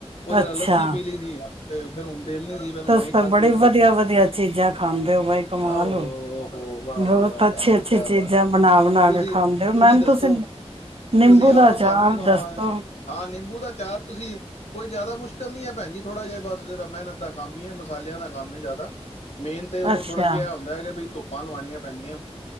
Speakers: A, on the left (about 75°); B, on the right (about 55°).
A: ਉਹਦੇ
B: ਅੱਛਾ।
A: ਨਾਲ ਲੱਸੀ ਪੀ ਲਈ ਸੀ ਤੇ ਫੇਰ ਹੁਣ ਦਿਲ ਨੀ ਸੀ ਫਿਰ ਹੁਣੇ
B: ਤੁਸੀ
A: ਖਾਧੀ
B: ਤਾਂ ਬੜੀ
A: ਹੈ ਰੋਟੀ
B: ਵਧੀਆ ਵਧੀਆ ਚੀਜ਼ਾਂ ਖਾਂਦੇ ਹੋ ਬਾਈ ਕਮਾਲ
A: ਆਹੋ
B: ਹੋ
A: ਹੋ ਵਾਹ
B: ਬਹੁਤ
A: ਜੀ ਵਾਹ
B: ਅੱਛੀ
A: ਭੈਣ ਜੀ
B: ਅੱਛੀ
A: ਕਿਆ ਵਾਹ
B: ਚੀਜ਼ਾਂ ਬਣਾ ਬਣਾ
A: ਤੁਸੀਂ
B: ਕੇ ਖਾਂਦੇ ਹੋ ਮੈਮ
A: ਦੱਸੋ
B: ਤੁਸੀਂ ਨਿੰਬੂ
A: ਤੁਸੀਂ ਆਓ
B: ਦਾ ਅਚਾਰ
A: ਤੁਹਾਨੂੰ ਵੀ ਖਵਾਵਾਂਗੇ
B: ਦੱਸਦੋ
A: ਹਾਂ ਨਿੰਬੂ ਦਾ ਚਾਰ ਤੁਸੀਂ ਕੋਈ ਜ਼ਿਆਦਾ ਮੁਸ਼ਕਿਲ ਨਹੀਂ ਹੈ ਭੈਣ ਜੀ ਥੋੜਾ ਜਿਹਾ ਬਸ ਜਹਾ ਮਿਹਨਤ ਦਾ ਕੰਮ ਹੀ ਹੈ ਮਸਾਲਿਆਂ ਦਾ ਕੰਮ ਹੈ ਜ਼ਿਆਦਾ ਮੇਨ ਤੇ ਉਹਨੂੰ
B: ਅੱਛਾ,
A: ਥੋੜ੍ਹਾ ਜਿਹਾ ਹੁੰਦਾ ਹੈ ਵੀ ਧੁਪ ਪਾਂ ਲਵਾਉਣੀਆਂ ਪੈਂਦੀਆਂ